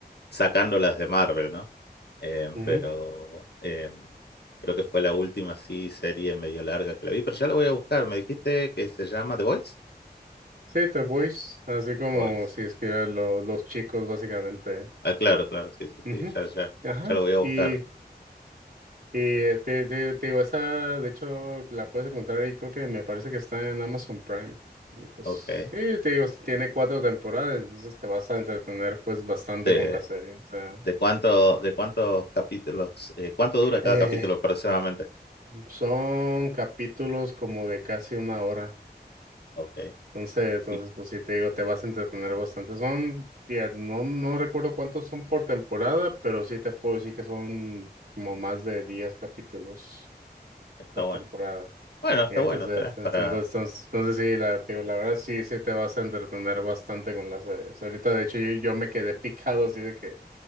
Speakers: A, on the left; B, on the right.
A: sacando las de Marvel, ¿no? Eh,
B: ujú.
A: pero eh, creo que fue la última así serie medio larga que la vi, pero ya la voy a buscar. Me dijiste que se llama The Voice.
B: Sí, The Boys, así como
A: The Voice.
B: si escribieran lo- los chicos, básicamente.
A: Ah, claro, claro, sí, sí,
B: ujú,
A: sí, ya, ya,
B: Ajá,
A: ya lo voy a buscar.
B: y Y te, te, te digo, esa de hecho la puedes encontrar ahí, creo que me parece que está en Amazon Prime. Y pues
A: Ok.
B: sí, te digo, tiene cuatro temporadas, entonces te vas a entretener pues bastante
A: ¿De,
B: con la serie. O sea,
A: de cuánto, de cuántos capítulos, eh, cuánto dura cada
B: eh,
A: capítulo aproximadamente?
B: son capítulos como de casi una hora.
A: Ok.
B: Entonces, entonces
A: Y
B: pues sí, te digo, te vas a entretener bastante. Son, ya, no, no recuerdo cuántos son por temporada, pero sí te puedo decir que son como más de 10 capítulos.
A: está
B: por
A: bueno.
B: temporada.
A: Bueno, está
B: Y entonces,
A: bueno, tenés
B: entonces,
A: para.
B: entonces, entonces sí, la, te digo, la verdad sí, sí te vas a entretener bastante con la serie. O sea, ahorita de hecho yo, yo me quedé picado así de que